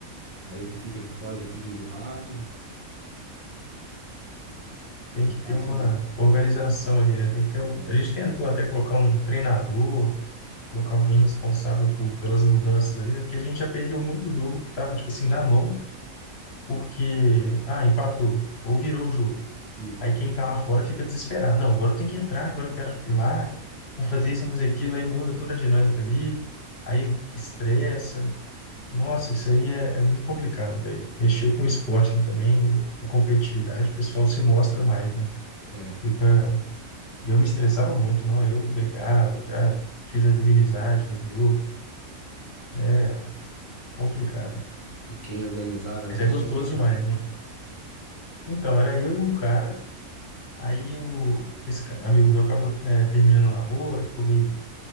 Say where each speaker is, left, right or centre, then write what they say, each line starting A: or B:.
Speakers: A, on the left; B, on the left.
A: Aí o que fica de fora já fica emburrado.
B: tem
A: Não
B: que
A: é fácil,
B: ter uma
A: não.
B: organização ali, né? Tem que ter, um-
A: É.
B: a gente tentou até colocar um treinador, colocar alguém responsável por, pelas mudanças ali, né? Porque a gente já perdeu muito jogo que estava, tipo assim, na mão, porque, ah, empatou, ou virou o jogo.
A: Hum,
B: Aí quem tá lá fora fica desesperado. Não, agora eu tenho que entrar, agora eu quero ir lá, vou fazer isso, vou fazer aquilo, aí muda toda a dinâmica ali, aí estressa. Nossa, isso aí é, é muito complicado, velho. Mexeu com o esporte ali também, a competitividade, o pessoal se mostra mais, né?
A: é.
B: Fica eu me estressava muito, não? Eu brigava, já fiz a inimizade no grupo. É complicado. né?
A: E quem organizava era
B: Mas
A: você
B: é gostoso
A: mesmo?
B: demais, né? Então, era eu e um cara, aí o, esse cara, amigo meu acabou é, terminando o namoro, ficou meio